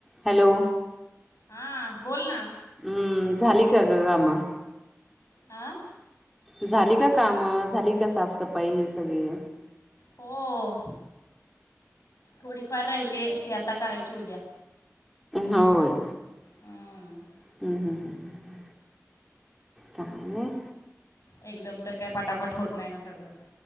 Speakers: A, in the centre; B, on the left (about 75°).
A: Hello.
B: हा बोल ना.
A: हम्म, झाली का गं कामं?
B: आं.
A: झाली का कामं झाली का साफसफाई ही सगळी.
B: हो, थोडी फार राहिली ते आता करायची उद्या.
A: होय.
B: हम्म
A: ह ह ह, काय नाय.
B: एकदम तर काय पटापट होत नाही ना सगळं.